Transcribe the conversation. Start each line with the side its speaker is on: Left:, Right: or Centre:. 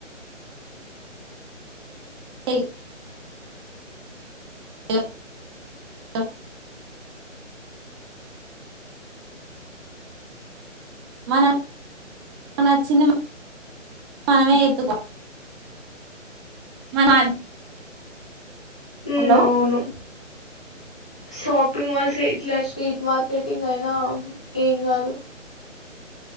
Right: ఎ ఎ మన నచ్చింది మనమే ఎత్తుకో మన
Centre: హ
Right: హలో
Centre: అవును షాపింగ్ మోల్స్ ఇట్లా స్ట్రీట్ మార్క్ మార్కెటింగ్ అయినా ఏం కాదు